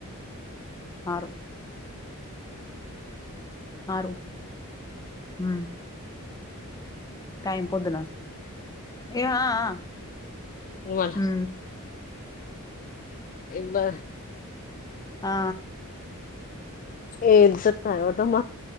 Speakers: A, on the left; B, on the left.
A: ఆరు ఆరు హ టై పొద్దనా ఏ హ అద
B: మళ్ళ ఇబా
A: ఆ
B: ఏ తత్తద మ